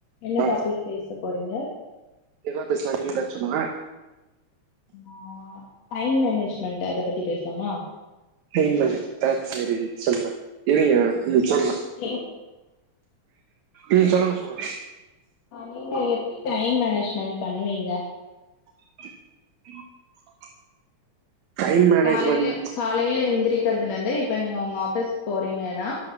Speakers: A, on the left; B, on the right.
A: என்ன
B: ஆ
A: டாப்பிக் பேச போறீங்க
B: என்ன பேசலாம் நீங்க எதாச்சு சொல்லுங்க
A: ஆ டைம் மேனேஜ்மெண்ட் அத பத்தி பேசலாமா
B: டைம் மேனேஜ்மென்ட்டா சேரி சொல்லுங்க இருங்க உம் சொல்லுங்க
A: ஏ
B: ம் சொல்லுங்க சொல்லுங்க
A: நீங்க எப்டி டைம் மேனேஜ்மென்ட் பண்ணுவீங்க
B: <unintelligible> டைம் மேனேஜ்மெண்ட்
A: காலையில காலையில எந்திரிக்கிறதுல இருந்து இப்ப நீங்க உங்க ஆபீஸ் போறீங்கனா